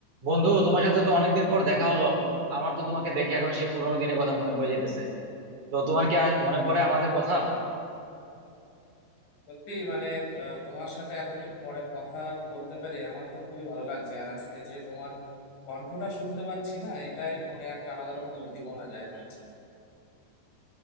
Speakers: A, on the right; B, on the left.
A: বন্ধু তোমার সাথে তো অনেকদিন পর দেখা হলো আমার তো তোমাকে দেখে এখন সেই পুরোনো দিনের কথা মনে পড়ে যাইতেছে তো তোমার কি আর মনে পড়ে আমাদের কথা
B: সত্যি মানে আহ, তোমার সাথে এতদিন পরে কথা বলতে পেরে আমার তো খুবই ভালো লাগছে আর আজকে যে তোমার কণ্ঠটা শুনতে পাচ্ছি না এটাই মনে একটা আলাদা রকম উদ্দীপনা জায়গা করছে